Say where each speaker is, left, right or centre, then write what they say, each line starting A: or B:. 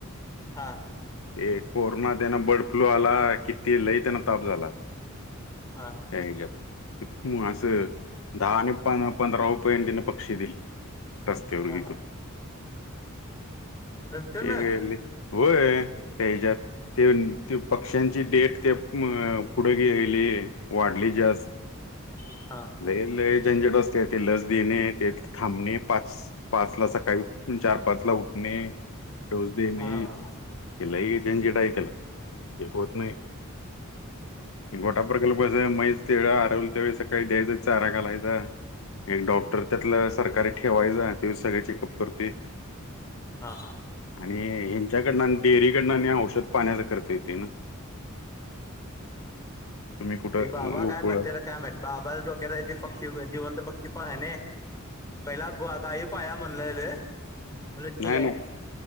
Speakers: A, on the left; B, on the left.
A: हा
B: ते कोरोना त्यांना बर्ड फ्लू आला किती लई त्यांना ताप झाला
A: हा हां <unintelligible>
B: त्या हेज्यात ते म असं <unintelligible> दहा आणि पंधरा रूपयानं तिने पक्षी दिले रस्तावर
A: हा
B: विकून
A: हा नंतर
B: <unintelligible>
A: ना
B: ते लई होय त्या हेच्यात तेन ते पक्ष्यांची डेट ते अम पुढेे गेली ली वाढली जास्त
A: हा
B: लय लय झंझट असत्या ते लस देणे ते थांबणे पाच पाचला सकाळी चार पाच ला उठणे, डोस देणे
A: हा हा
B: ते लई झंझट आहे त्याला ते होत नाही. हे गोटा प्रकल्पाचं म्हैस ते आडवलं त्यावेळी सकाळी द्यायचा चारा घालायचा एक डॉक्टर त्यातल सरकारी ठेवायचा त्योच सगळं चेकअप करतोय.
A: हां हां.
B: आणि ह्यांच्याकडनं डेअरीकडनं आणि औषध पाण्याचा खर्च करतय ते न. तुम्ही कुठं
A: ते बाबा
B: गोकुळ
A: काय म्हणते काय माहित बाबाच्या डोक्यात आहे ते पक्षी जिवंत पक्षी पाळणे. पहिला ग गाई पाळा म्हणलेले. म्हणलं ठीक
B: नाय
A: आहे
B: नाय